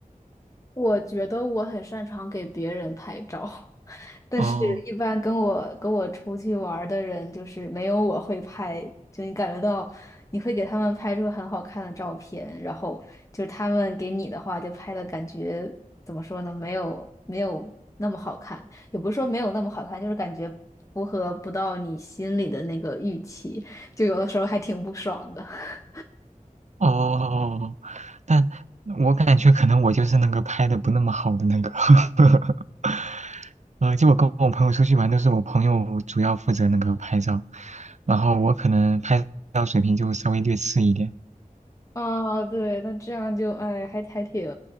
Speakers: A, on the left; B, on the right.
A: 我觉得我很擅长给别人拍照。但是，
B: 哦
A: 一般跟我跟我出去玩儿的人，就是没有我会拍，就你感觉到你会给他们拍出很好看的照片，然后就是他们给你的话，就拍的感觉怎么说呢？没有没有那么好看，也不是说没有那么好看，就是感觉符合不到你心里的那个预期，就有的时候还挺不爽的。<laughs>
B: 哦，哦但我感觉可能我就是那个拍的不那么好的那个，<laughs> 呃，就我跟我朋友出去玩，都是我朋友主要负责那个拍照，然后我可能拍照水平就稍微略次一点。
A: 啊，对，那这样就哎，还还挺，